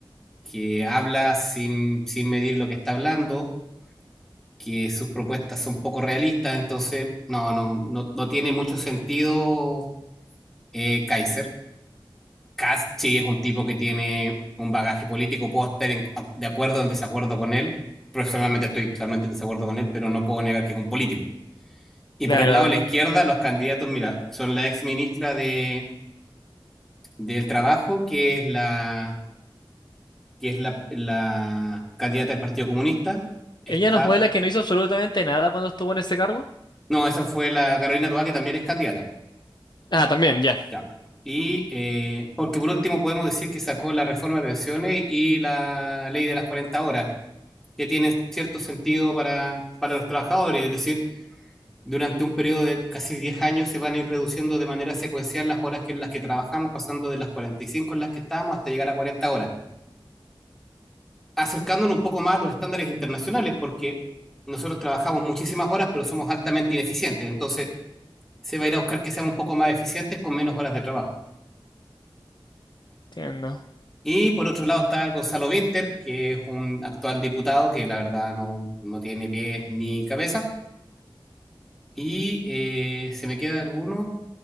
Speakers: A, in the centre; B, on the left.
A: que habla sin, sin medir lo que está hablando, que sus propuestas son poco realistas, entonces no, no, no, no tiene mucho sentido eh, Kaiser. Kast sí es un tipo que tiene un bagaje político, puedo estar en- de acuerdo o en desacuerdo con él, personalmente estoy totalmente en desacuerdo con él, pero no puedo negar que es un político. Y
B: Claro,
A: por el lado de
B: y-
A: la izquierda, los candidatos, mira, son la ex ministra de del Trabajo, que es la, que es la, la candidata del Partido Comunista. Está,
B: Ella nos muestra que no hizo absolutamente nada cuando estuvo en este cargo.
A: no, esa fue la Carolina Toá, que también es candidata.
B: Ah, también, ya.
A: Ya. Y eh, porque por último podemos decir que sacó la reforma de pensiones y la ley de las 40 horas, que tiene cierto sentido para, para los trabajadores, es decir, durante un periodo de casi 10 años se van a ir reduciendo de manera secuencial las horas que en las que trabajamos, pasando de las 45 en las que estábamos hasta llegar a 40 horas. acercándonos un poco más a los estándares internacionales, porque nosotros trabajamos muchísimas horas, pero somos altamente ineficientes. Entonces, se va a ir a buscar que seamos un poco más eficientes con menos horas de trabajo.
B: Entiendo.
A: Y por otro lado está Gonzalo Vinter que es un actual diputado que la verdad no, no tiene pies ni cabeza. Y eh, se me queda alguno.